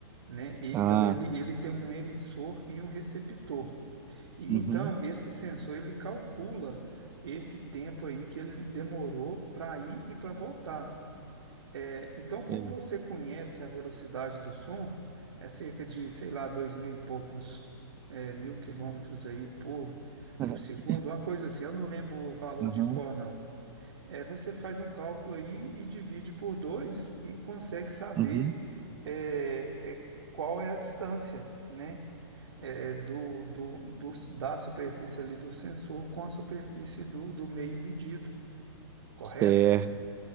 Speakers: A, on the right (about 70°); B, on the right (about 15°).
A: né? E então,
B: Ah,
A: ele, ele tem um emissor e um receptor. E
B: uhum.
A: então, esse sensor ele calcula esse tempo aí que ele demorou para ir e para voltar. É, então, como
B: É.
A: você conhece a velocidade do som, é cerca de, sei lá, dois mil e poucos é, mil quilômetros aí por,
B: <laughs>
A: por segundo, uma coisa assim, eu não lembro o valor
B: Uhum.
A: de cor, não. É, você faz um cálculo aí e divide por dois e consegue saber
B: Uhum.
A: é, é, qual é a distância, né? é, do, do, do- da superfície ali do sensor com a superfície do, do meio medido, correto?
B: Certo.